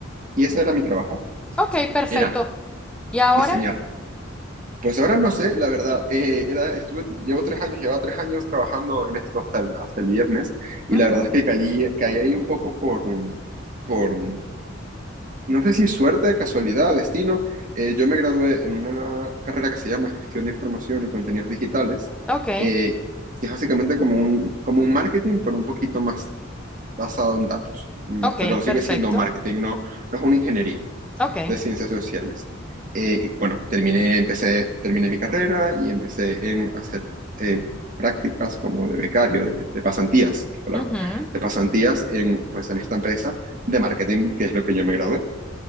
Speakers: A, on the right; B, in the centre.
A: y ese era mi trabajo,
B: ok, perfecto.
A: era
B: ¿Y ahora?
A: diseñar pues ahora no sé, la verdad. Eh, era, estuve, llevo tres años, llevaba tres años trabajando en esto hasta el, hasta el viernes y
B: Ujú.
A: la verdad es que caí, caí ahí un poco por, por, no sé si suerte, casualidad, destino. Eh, yo me gradué en una carrera que se llama Gestión de Información y Contenidos Digitales,
B: Ok,
A: eh, que es básicamente como un, como un marketing, pero un poquito más basado en datos. Mm,
B: ok,
A: Pero sigue
B: perfecto.
A: siendo marketing, no, no es una ingeniería
B: Ok,
A: de ciencias sociales. Eh, y bueno, terminé, empecé, terminé mi carrera y empecé en hacer eh, prácticas como de becario, de, de pasantías, es la palabra,
B: ujú,
A: de pasantías en, pues, en esta empresa de marketing, que es lo que yo me gradué.